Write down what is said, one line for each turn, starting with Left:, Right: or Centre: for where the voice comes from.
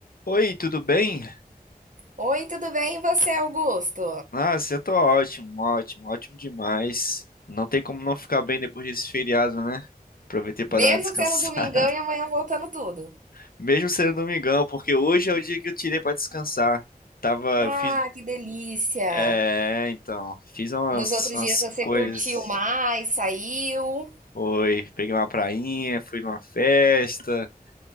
Left: Oi, tudo bem?
Right: Oi, tudo bem? E você, Augusto?
Left: Nossa, eu tô ótimo, ótimo, ótimo demais. Não tem como não ficar bem depois desse feriado, né? Aproveitei pra
Right: Mesmo
Left: dar uma descansada.
Right: sendo domingão e amanhã voltando tudo.
Left: <laughs> Mesmo sendo domingão, porque hoje é o dia que eu tirei pra descansar. Tava,
Right: Ah,
Left: eu fiz,
Right: que delícia!
Left: é, então, fiz umas,
Right: Nos outros
Left: umas
Right: dias você
Left: coisas.
Right: curtiu mais, saiu.
Left: Oi, peguei uma prainha, fui numa festa,